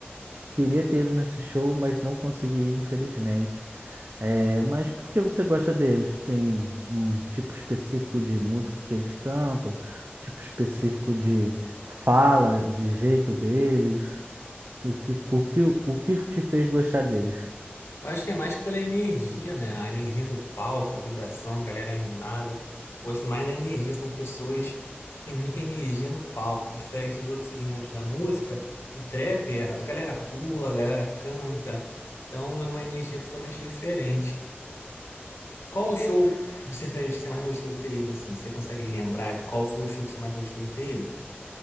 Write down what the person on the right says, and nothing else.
que queria ter ido nesse show, mas não consegui, infelizmente. É, mas por que você gosta deles? Tem um tipo específico de música que eles cantam, tipo específico de fala, de jeito deles? Que, o que, o que, o que te fez gostar deles?